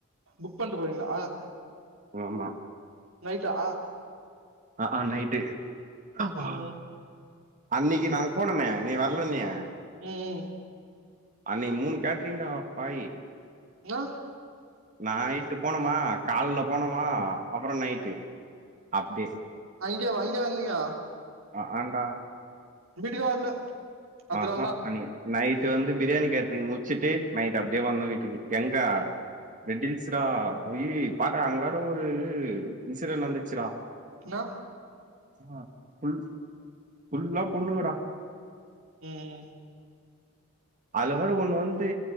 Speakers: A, on the right (about 75°); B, on the right (about 40°).
A: புக் பண்ட்டு போறீங்ளா
B: ஆமா
A: நைட்டா
B: ஆ ஆ நைட்டு ஹப்பா
A: ம்
B: அன்னைக்கு நாங்க போனுமே நீ வரலன்னையே
A: ம்
B: அன்னைக்கு மூணு கேட்ரிங்கா பாய்
A: நோ
B: நைட்டு போனுமா கால்ல போனுமா அப்பறம் நைட்டு அப்டியே
A: அங்கய அங்கய வந்தீங்க
B: ஆ ஆண்டா
A: வீட்டுக்கே வரல பத்து
B: ஆஹா
A: நாள் தான்
B: பன்னீர் நைட்டு வந்து பிரியாணி கேட்டரிங் முடிச்சுட்டு நைட் அப்டியே வந்த வீட்டுக்கு எங்கா ரெட்டில்ஸ்டா ஓய் பார்ரா அங்க வேற ஒரு இன்சிடன் நடந்துச்சுரா
A: என்னா
B: ஆ ஃபுல் ஃபுல்லா பொண்ணுங்கடா
A: ம் ம்
B: அதுல வேற ஒண்ணு வந்து